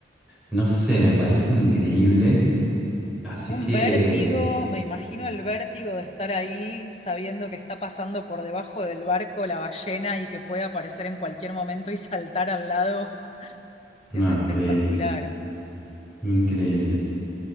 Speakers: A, in the centre; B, on the left.
A: no sé, me parece increíble. Así
B: Un
A: que,
B: vértigo, me imagino el vértigo de estar ahí sabiendo que está pasando por debajo del barco la ballena y que puede aparecer en cualquier momento y <laughs> saltar al lado.
A: no,
B: Es espectacular.
A: increíble. Increíble.